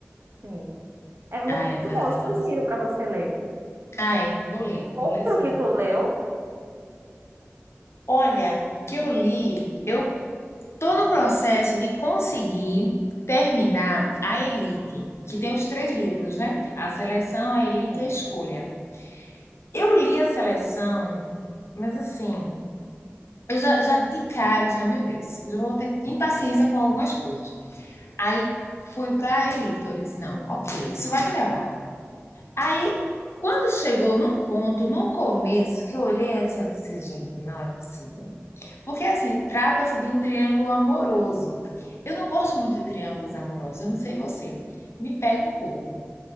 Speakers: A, on the right (about 55°); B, on the left (about 65°).
A: Sim. É muito
B: Ai, é maravilhoso.
A: bom, eu sugiro para você ler.
B: Ai, vou ler, vou
A: Outro
B: ler sim.
A: que tu leu?
B: Olha, que eu li, eu tô no processo de conseguir terminar A Elite, que tem os três livros, né? A Seleção, A Elite
A: Sim.
B: e a Escolha. Eu li a Seleção, mas assim, eu já, já de cara, eu já, meu Deus, já vou ter impaciência com algumas coisas. Aí fui para A Elite, que eu disse, não, ok, isso vai melhorar. Aí, quando chegou num ponto, no começo, que eu olhei assim, eu disse, gente, não é possível. Porque, assim, trata-se de um triângulo amoroso. Eu não gosto muito de triângulos amorosos, eu não sei você. Me pega um pouco.